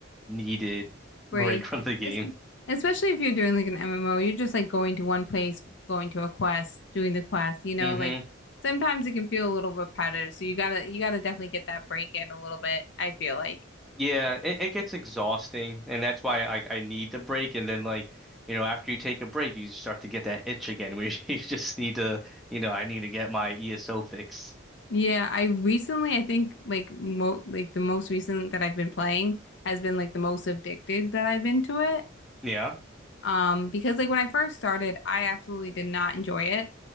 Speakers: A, in the centre; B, on the left.
A: needed
B: Break.
A: break <laughs> from the game.
B: Es- Especially if you're doing like an MMO, you're just like going to one place, going to a quest, doing the quest, you know,
A: hmm
B: like sometimes it can feel a little repetitive. So you gotta you gotta definitely get that break in a little bit, I feel like.
A: Yeah, it, it gets exhausting, and that's why I I need the break. And then like, you know, after you take a break, you start to get that itch again, where <laughs> you just need to, you know, I need to get my ESO fix.
B: Yeah, I recently, I think like mo like the most recent that I've been playing has been like the most addicted that I've been to it.
A: Yeah,
B: Um, because like when I first started, I absolutely did not enjoy it